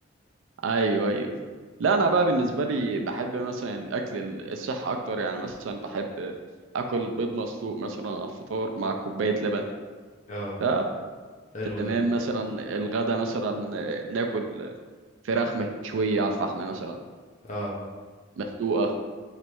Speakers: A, on the right; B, on the left.
A: ايوه ايوه لا انا بقى بالنسبه لي بحب مثلا الاكل ال- الصحي اكتر يعني مثلا بحب اكل بيض مسلوق مثلا على الفطار مع كوبايه لبن
B: اه
A: ف
B: حلو
A: تمام
B: ده
A: مثلا الغدا مثلا ناكل فراخ مشويه على الفحم مثلا
B: اه
A: مسلوقه